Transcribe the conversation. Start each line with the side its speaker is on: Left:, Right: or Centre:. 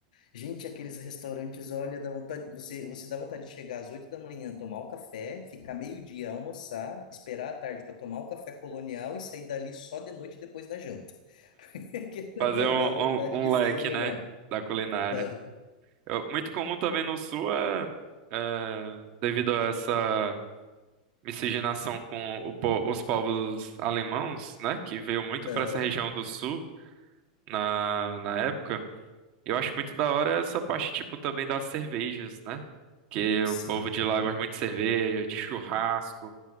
Left: gente, aqueles restaurantes, olha, dá vontade, você, você dá vontade de chegar às 8 da manhã, tomar o café, ficar meio-dia, almoçar, esperar a tarde para tomar o café colonial e sair dali só de noite depois da janta. <laughs> Que
Right: Fazer
Left: não
Right: um,
Left: dá vontade
Right: um um
Left: de
Right: leque,
Left: sair do lugar.
Right: né, da culinária.
Left: Aham,
Right: Eu- muito comum também no Sul é, é, devido a essa miscigenação com o po- os povos alemãos, né, que veio muito
Left: aham.
Right: para essa região do Sul na, na época. Eu acho muito da hora essa parte, tipo, também das cervejas, né, que o
Left: Sim,
Right: povo de lá gosta muito de cerveja, de churrasco.